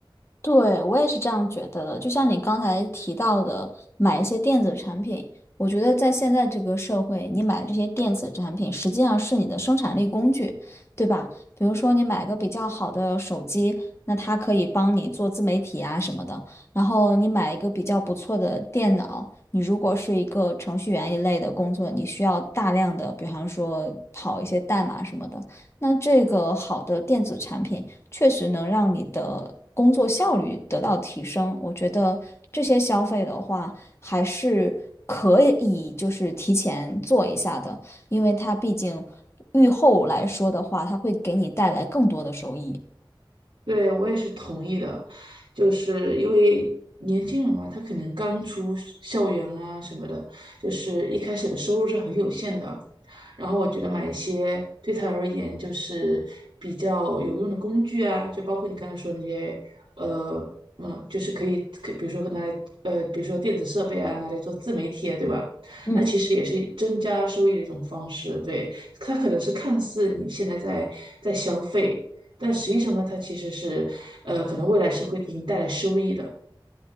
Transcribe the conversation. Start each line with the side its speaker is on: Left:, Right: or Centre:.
Left: 对，我也是这样觉得的。就像你刚才提到的，买一些电子产品，我觉得在现在这个社会，你买这些电子产品实际上是你的生产力工具，对吧？比如说你买个比较好的手机，那它可以帮你做自媒体啊什么的。然后你买一个比较不错的电脑，你如果是一个程序员一类的工作，你需要大量的，比方说跑一些代码什么的，那这个好的电子产品。确实能让你的工作效率得到提升。我觉得这些消费的话，还是可以就是提前做一下的，因为它毕竟预后来说的话，它会给你带来更多的收益。
Right: 对，我也是同意的，就是因为年轻人嘛，他可能刚出是校园啊什么的，就是一开始的收入是很有限的。然后我觉得买一些对他而言就是比较有用的工具啊，就包括你刚才说那些，呃，嗯，就是可以，可比如说拿来，呃，比如说电子设备啊，拿来做自媒体啊，对吧？
Left: 嗯。
Right: 那其实也是增加收益的一种方式。对，它可能是看似你现在在在消费。但实际上呢，它其实是，呃，可能未来是会给你带来收益的。